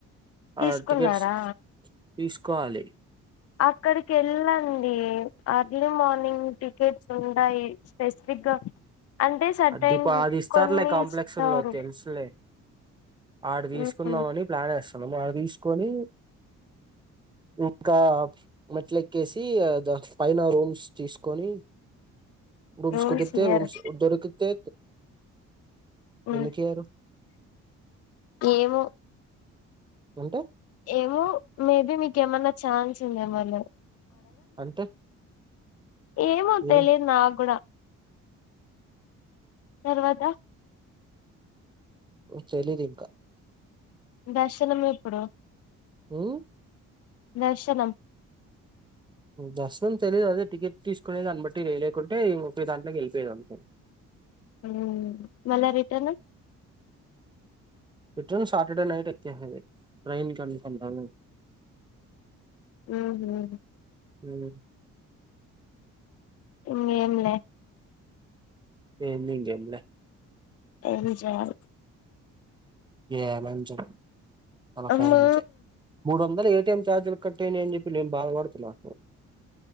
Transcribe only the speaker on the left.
తీసుకున్నారా
అక్కడికి వెళ్ళండి ఎర్లీ మార్నింగ్ టికెట్స్ ఉంటాయి. స్పెసిఫిక్గా అంటే సర్టైన్
కొన్ని
ఇస్తారు
ఉమ్
రూల్స్
ఇయ్యరు
ఉమ్
ఏమో.
ఏమో మేబి మీకేమన్నా ఛాన్స్ ఉందేమన్నా.
ఏమో తెలిద్
నాకుగుడ. తర్వత
దర్శనం ఎప్పుడు
దర్శనం
ఆ మళ్ళ రిటర్న్
ఉహు
ఇంగెంమ్లే
ఏనీ జాల్
అమ్మా